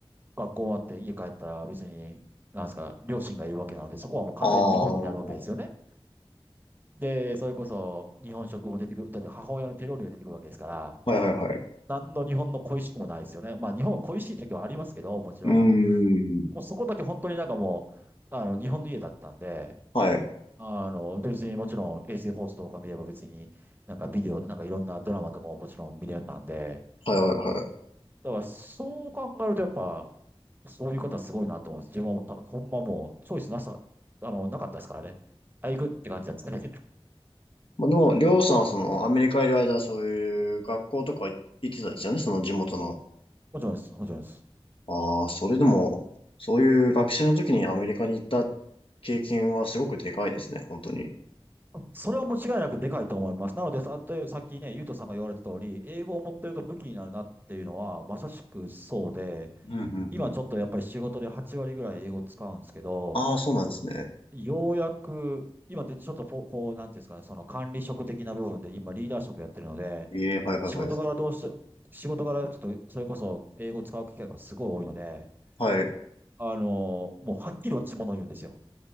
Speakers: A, on the right (about 20°); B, on the left (about 65°).
A: 学校終わって家帰ったら別に、なんですか、両親がいるわけなので、そこはもう完全に日本になるわけですよね。
B: ああ。は
A: で、それこそ日本食も出てくる、だって母親の手料理が出てくるわけですから、
B: いはいはい。
A: 何の日本の恋しくもないですよね。まあ日本は恋しい時はありますけど、もちろん。
B: うーん。
A: もうそこだけ本当になんかもう、あの、日本の家だったんで、
B: はい。
A: あの、で別にもちろん衛星放送とか見れば別になんかビデオ、なんかいろんなドラマとかももちろん見れたんで、
B: はいはいはい。
A: だからそう考えるとやっぱ、そういう方すごいなと思います。自分はもうた、ほんまもうチョイスなさ、あの、なかったですからね。あ、行くって感じだったんだけど。
B: まあでも、りょうさんはそのアメリカいる間、そういう学校とか行ってたんですよね、その地元の。
A: もちろんです。もちろんです。
B: ああ、それでも、そういう学習の時にアメリカに行った経験はすごくでかいですね、本当に。
A: それはもう違いなくでかいと思います。なので、さ、とさっきね、ゆうとさんが言われた通り、英語を持ってると武器になるなっていうのは、まさしくそうで、
B: うんうんうん。
A: 今ちょっとやっぱり仕事で8割ぐらい英語を使うんですけど、
B: ああ、そうなんですね。
A: ようやく、今でちょっとこう、こうなんていうんですかね、その管理職的な部分で今リーダー職やってるので、
B: ええ、はいはいはい。
A: 仕事からどうし、仕事からちょっとそれこそ英語を使う機会がすごい多いので、
B: はい。
A: あの、もうはっきり落ち物を言うんですよ。